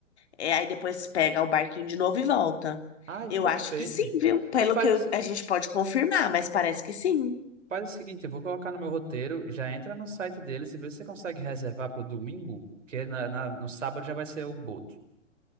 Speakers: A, on the left; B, on the right.
A: é, aí depois pega o barquinho de novo e volta.
B: Ai,
A: Eu
B: perfeito.
A: acho que sim, viu? Pelo
B: Pois faz,
A: que eu-
B: o-
A: a gente pode confirmar, mas parece que sim.
B: faz o seguinte, eu vou colocar no meu roteiro, já entra no site deles e vê se você consegue reservar para o domingo, porque na, na- no sábado já vai ser o boto.